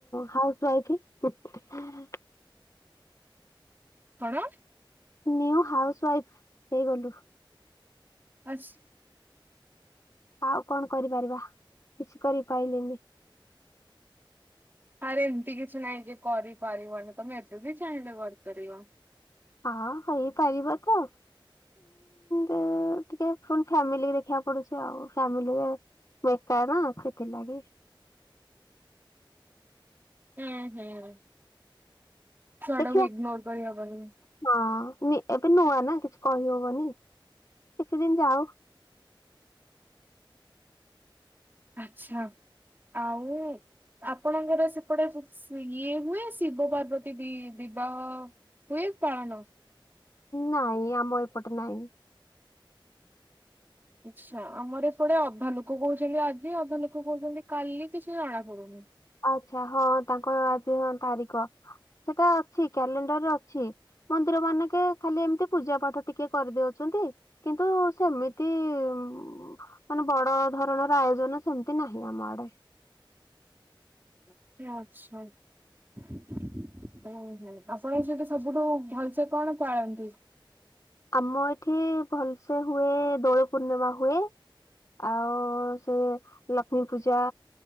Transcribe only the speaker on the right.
କଣ?
ଆସ୍
ଆରେ ଏମିତି କିଛି ନାଇଁ ଯେ କରିପାରିବନି ତମେ ଏବେବି ଚାହିଁଲେ କରିପାରିବ।
ହୁଁ ହୁଁ ଛୁଆଟାକୁ
ଇଗନୋର କରିହବନି।
ଆଛା ଆଉ ଆପଣଙ୍କର ସେପଟେ ସି ଇଏ ହୁଏ ଶିବ ପାର୍ବତୀ ବି ବିବାହ? ହୁଏ ପାଳନ?
ଆଚ୍ଛା। ଆମର ଏପଟେ ଅଧା ଲୋକ କହୁଛନ୍ତି ଆଜି ଅଧା ଲୋକ କହୁଛନ୍ତି କାଲି କିଛି ଜଣାପଡୁନି।
ସେ ଅଛନ୍ତ ଉଁ ହୁଁ ଆପଣଙ୍କ ସେଇଠେ ସବୁଠୁ ଭଲସେ କଣ ପାଳନ୍ତି?